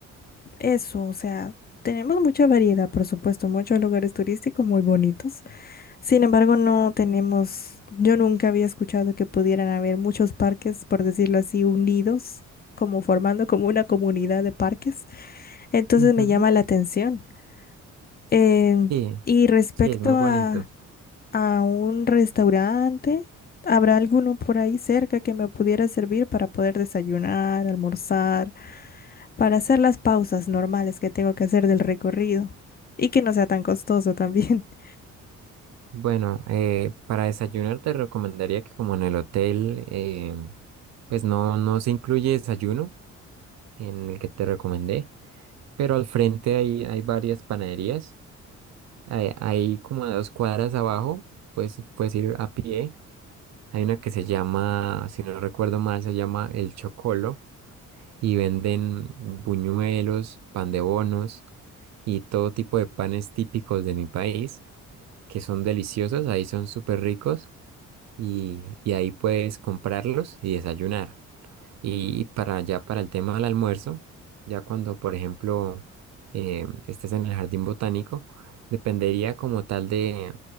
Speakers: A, on the left; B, on the right.
A: eso. O sea, tenemos mucha variedad, por supuesto, muchos lugares turísticos muy bonitos. Sin embargo, no tenemos, yo nunca había escuchado que pudieran haber muchos parques, por decirlo así, unidos, como formando como una comunidad de parques. Entonces
B: Ujú.
A: me llama la atención. Em,
B: Sí,
A: y respecto
B: sí, es muy bonito.
A: a a un restaurante. ¿Habrá alguno por ahí cerca que me pudiera servir para poder desayunar, almorzar, para hacer las pausas normales que tengo que hacer del recorrido? Y que no sea tan costoso también. <laughs>
B: Bueno, eh, para desayunar te recomendaría que como en el hotel, eh, pues no, no se incluye desayuno, en el que te recomendé, pero al frente hay, hay varias panaderías. Hay, hay como a dos cuadras abajo, pues puedes ir a pie. Hay una que se llama, si no recuerdo mal, se llama El Chocolo y venden buñuelos, pan de bonos y todo tipo de panes típicos de mi país que son deliciosos, ahí son súper ricos y, y ahí puedes comprarlos y desayunar. Y para allá, para el tema del almuerzo, ya cuando, por ejemplo, eh, estés en el jardín botánico, dependería como tal de,